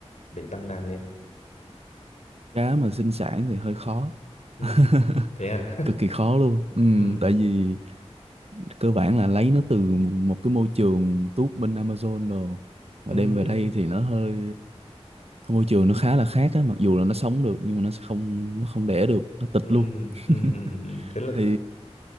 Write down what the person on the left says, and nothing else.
để tăng đàn lên
ừ
thế à
ừ
ừ
ừ
ừ
ừ ừ thế là